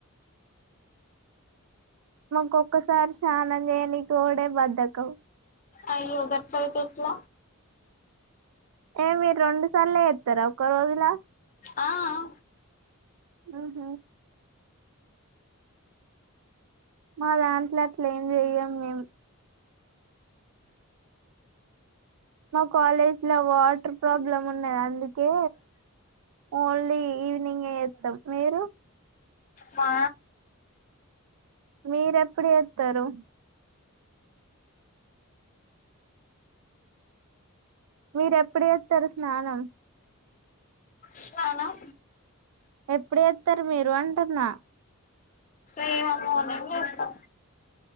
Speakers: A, on the right; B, on the left.
A: మాకు ఒక్కసారి స్నానం చేయనికి పోవుడే బద్దకం.
B: అయ్యో గట్ల అయితే ఎట్ల
A: ఏ మీరు రెండు సార్లు చెత్తరా ఒక్క రోజులా
B: ఆఆ
A: ఆహ మాదాంట్ల అట్ల ఏం చెయ్యం మేము మా కాలేజీలో వాటర్ ప్రాబ్లం ఉన్నది అందుకే ఓన్లీ ఈవినింగె చేత్తం మీరు
B: మా
A: మీరెప్పుడు చెత్తరు మీరు ఎప్పుడు చేస్తరు స్నానం
B: స్నానం
A: ఎప్పుడు చెత్తరు మీరు అంటన్న
B: ఏమో మార్నింగ్ చేస్తా